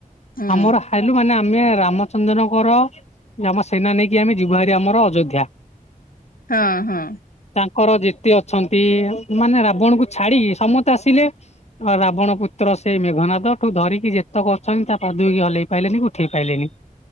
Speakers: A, on the left (about 75°); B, on the left (about 50°).
A: ହୁଁ
B: ଆମର ହାଇଲୁ ମାନେ ଆମ୍ ଆମେ ରାମଚନ୍ଦ୍ରଙ୍କର, ଆମ ସେନା ନେଇକି ଆମେ ଯିବା ହାରି ଆମର ଅଯୋଧ୍ୟା।
A: ହଁ, ହଁ।
B: ତାଙ୍କର ଯେତେ ଅଛନ୍ତି, ମାନେ ରାବଣ କୁ ଛାଡିକି ସମସ୍ତେ ଆସିଲେ। ରାବଣ ପୁତ୍ ର ସେ ମେଘନାଦ ଠୁ ଧରିକି ଯେତେକ ଅଛନ୍ତି, ତା ପାଦୁଇକି ହଲେଇ ପାଇଲେନି କି ଉଠେଇ ପାଇଲେନି।